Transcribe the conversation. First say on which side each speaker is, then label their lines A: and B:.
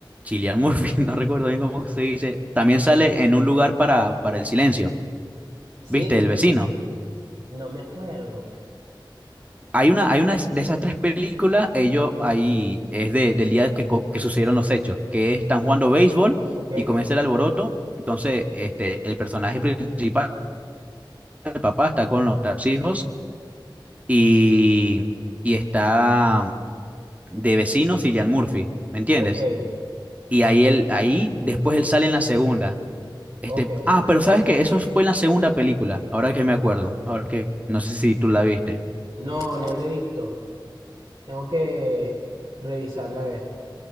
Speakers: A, on the right (about 15°); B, on the right (about 40°).
A: Cillian Murphy, <laughs> no recuerdo bien cómo se dice, también sale en un lugar para, para el silencio.
B: Sí,
A: ¿Viste? El vecino.
B: no me acuerdo.
A: Hay una, hay una de esas tres películas, ellos ahí es de, del día que, co- que sucedieron los hechos, que están jugando béisbol
B: Ok,
A: y comienza el alboroto. Entonces, este, el personaje principal, el papá, está con los, los hijos y, y está de vecino Cillian Murphy, ¿me entiendes?
B: ok,
A: Y ahí, él, ahí después él sale en la segunda. Este,
B: ok.
A: ah, pero sabes que eso fue en la segunda película, ahora que me acuerdo, ahora que no sé si tú la viste.
B: No, no lo he visto. Tengo que revisarla a ver.